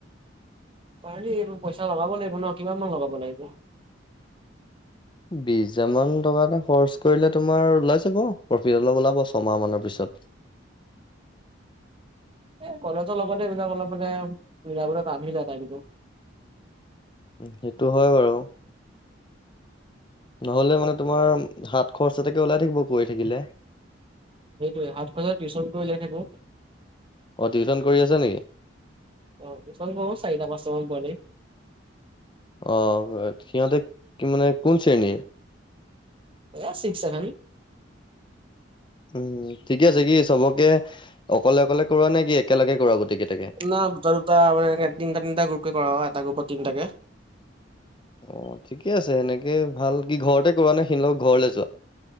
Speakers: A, on the right (about 30°); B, on the left (about 25°).
A: পাৰি পইচা লগাব লাগিব ন কিমান মান লগাব লাগিব?
B: বিশ হাজাৰ মান টকা এটা খৰচ কৰিলে তোমাৰ ওলাই যাব প্ৰফিট অলপ ওলাব ছমাহ মানৰ পিছত।
A: এ কলেজৰ লগতে এইবিলাক অলপ মানে বুজাব তানহৈ যাই কিন্তু
B: সেইটো হয় বাৰু। নহলে মানে তোমাৰ হাত খৰচতোকে ওলাই থাকিব কৰি থাকিলে।
A: সেইটোয়ে হাত খৰছে টিউচন কৰি ওলাই থাকো।
B: অ', টিউচন কৰি আছে নেকি?
A: অ', চাৰিটা পাছটা মান পোৱালি।
B: অ', সিহঁতে কি মানে কোন শ্ৰেণীৰ?
A: এ ছিক্স ছেভেন।
B: উম ঠিকে আছে কি চবকে অকলে অকলে কৰোৱা নে কি একেলগে কৰা গোটেই কেইটাকে।
A: ন দুটা দুটা মে তিনিটা, তিনিটা গ্ৰুপকে কৰা হয় এটা গ্ৰুপত তিনিটাকে।
B: অ', ঠিকে আছে সেনেকে ভাল কি ঘৰতে কৰা নে সেইলক ঘৰলে যোৱা?